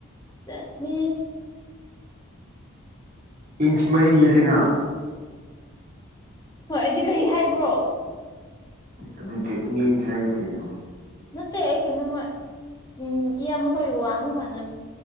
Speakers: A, on the left; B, on the right.
A: ꯇ ꯃꯤꯟꯁ
B: ꯏꯟꯁꯃꯔꯤ ꯍꯂꯅꯥ
A: ꯍꯣꯏ ꯑꯩꯗꯤ ꯀꯔꯤ ꯍꯥꯏꯕ꯭ꯔꯣ
B: ꯑꯗꯨꯗꯤ ꯃꯤ ꯁꯁ ꯀꯩꯅꯣ
A: ꯀꯠꯇꯦ ꯍꯥꯏ ꯀ ꯃꯃ ꯎꯝ ꯏꯌꯥꯝꯃꯈꯣꯏꯒ ꯋꯥꯡꯕ ꯃꯥꯟꯅꯝ